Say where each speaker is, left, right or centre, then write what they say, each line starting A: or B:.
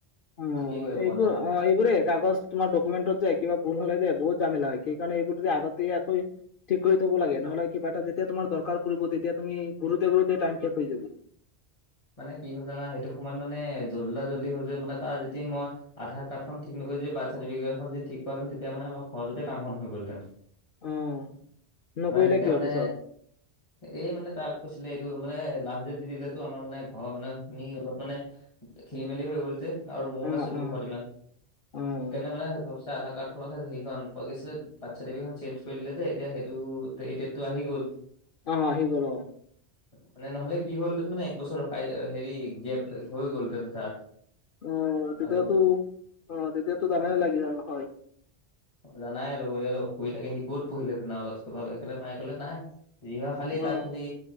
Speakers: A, on the left; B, on the left.
A: অ',
B: ঠিকেই কৰিব
A: এইবোৰ
B: পৰা নাই।
A: অ', এই বোৰেই কাগজ তোমাৰ ডকুমেণ্টৰ যে কিবা ভুল হ'লে যে বহুত জামালা হয় সেই কাৰণে এইবোৰ তুমি আগতিয়াকৈ ঠিক কৰি থব লাগে নহ'লে কিবা এটা যেতিয়া তোমাৰ দৰকাৰ পৰিব তেতিয়া তুমি ঘূৰোতে ঘূৰোতে টাইম শেষ হৈ যাব।
B: মানে কি হ'ল জানা সেইটো সময়ত মানে জল্ডা-জল্দি হ'ল যে মানে তাৰ যদি মই আধাৰ কাৰ্ডখন ঠিক নকৰি যদি বাৰ্ড চাৰটিফিকেটখন ঠিক কৰাহেঁতেন তেতিয়া মানে আমাৰ সহজতেই কাম খন হৈ গ'লহেঁতেন।
A: অ', নকৰিলে
B: মানে তেতিয়া
A: কি
B: মানে
A: হ'ব পিছত?
B: এই মানে তাক কৈছিলে এইটো মানে লাষ্ট ডেট দি দিলেটো আমাৰ মানে অ', মানে তুমি অলপ মানে খেলি মেলি হৈ গ'ল যে। আৰু ময়ো
A: অ',
B: নাচিলোঁ
A: অ',
B: ঘৰত ইমান,
A: অ',
B: সেইকাৰণে মানে ঘপচে আধাৰ কাৰ্ডখনতহে হেৰিখন পোৱা গৈছিলে। বাৰ্থ চাৰ্টিফিকেটখন চেঞ্জ কৰি দিলে যে এতিয়া সেইটো দেটটো আহি গ'ল।
A: অ' আহি গ'ল অ'।
B: মানে নহ'লে কি হ'লহেঁতেন মানে এক বছৰ হেৰি গেপ হৈ গ'ল হেতেনে তাৰ।
A: অ' তেতিয়াতো
B: আৰু
A: অ' তেতিয়াতো জামেলা লাগিলে হয়।
B: জানাই লগৰ লগত পৰি থাকে, সি ক'ত পঢ়িলেহেঁতেন, আৰু তাতকৈ ভাল, সেইকাৰণে মায়ে ক'লে নাই। যি হয় খালি
A: অ',
B: তাৰ খালি